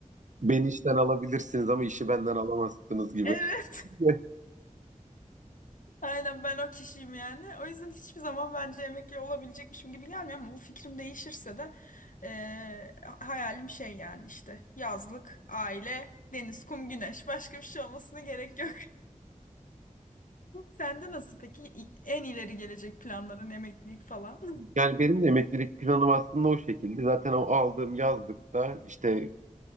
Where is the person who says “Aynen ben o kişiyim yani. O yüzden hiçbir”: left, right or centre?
Left